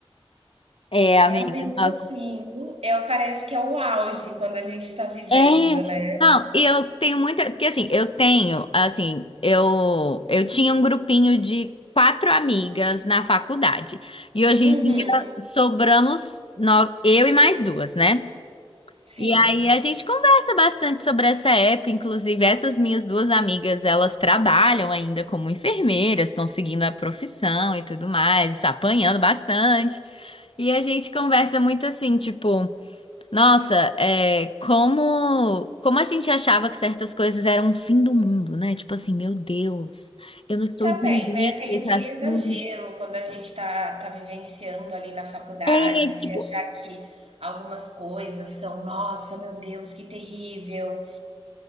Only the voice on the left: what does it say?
É, amiga,
nossa.
É.
Não, e eu tenho muita, porque assim, eu tenho, assim, eu eu tinha um grupinho de quatro amigas na faculdade. E hoje
em dia sobramos nós, eu e mais duas, né?
E aí a gente conversa bastante sobre essa época, inclusive essas minhas duas amigas, elas trabalham ainda como enfermeiras, estão seguindo a profissão e tudo mais, apanhando bastante. E a gente conversa muito assim, tipo, nossa, é, como como a gente achava que certas coisas eram o fim do mundo, né? Tipo assim, meu Deus, eu não estou
entendendo
esse
assunto.
É,
tipo,